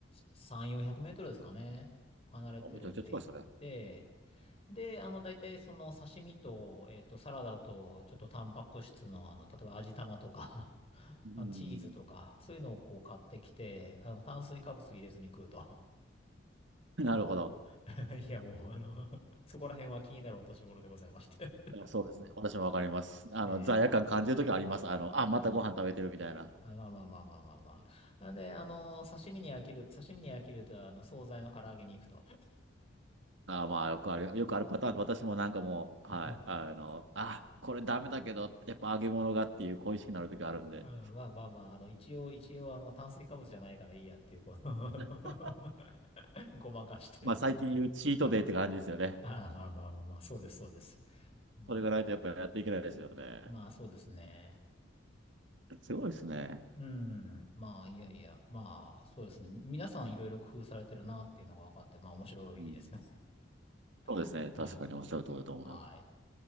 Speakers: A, on the left (about 30°); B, on the right (about 70°).
A: 3、400メートルですかね、離れてるんで行って、
B: もうめちゃくちゃ近いっすね。
A: で、あの、大体その刺身と、えっと、サラダと、ちょっとタンパク質の、あの、例えば味玉とか <laughs>
B: うん。
A: あの、チーズとか、そういうのをこう買ってきて、あの、炭水化物入れずに食うと。
B: なるほど。
A: <laughs> いや、もう、あの <laughs> そこら辺は気になるお年頃でございまして
B: いやそうですね。私もわかります。
A: <laughs>
B: あの、
A: え
B: 罪悪感感じるときあります。あの、
A: ー、まあ、
B: あ、またご飯食べてるみたいな。
A: あまあまあまあまあまあまあ。なんで、あの、刺身に飽きる、刺身に飽きると、あの、惣菜の唐揚げに行くと。
B: あーまあ、よくある、よくあるパターンで、私もなんかもう、
A: <laughs>
B: はい、あの、あ、これダメだけど、やっぱ揚げ物がっていう恋しくなる時あるんで、
A: うんまあまあまあ、あの、一応、一応、あの、炭水化物じゃないからいいやっていう、この、あの
B: で
A: <laughs> ごまかして
B: まあ最近言うチートデイって感じですよね。
A: 食べる。ああ、まあまあまあまあ、そうです、そうです。うん、
B: それがないとやっぱりやっていけないですよね。
A: まあ、そうですね。
B: すごいですね。
A: うん。まあ、いやいや。まあ、そうですね。み皆さんいろいろ工夫されてるなっていうのが分かって、まあ、面白いですね。
B: うん。そうですね。
A: <laughs>
B: 確かにおっしゃる通りだと思います。
A: はい。はい。